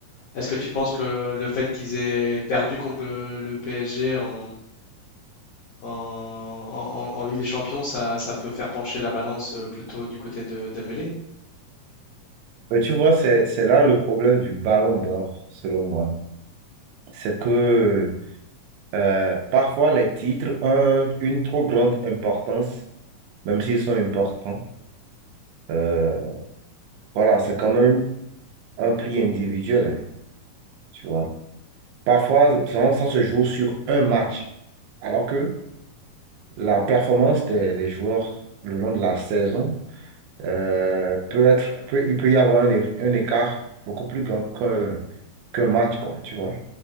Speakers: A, on the left; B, on the right.
A: Est-ce que tu penses que le fait qu'ils aient perdu contre le, le PSG en, en, en- en- en Ligue des Champions, ça, ça peut faire pencher la balance euh, plutôt du côté de Dembélé?
B: Mais tu vois, c'est c'est là le problème du Ballon d'Or, selon moi. C'est que euh, parfois les titres ont une trop grande importance, même s'ils sont importants. Euh, voilà, c'est quand même un prix individuel, hein, tu vois. Parfois, vraiment, ça se joue sur un match, alors que la performance des, des joueurs le long de la saison euh, peut être, peut, il peut y avoir un, é- un écart beaucoup plus grand qu'un qu'un match, quoi, tu vois.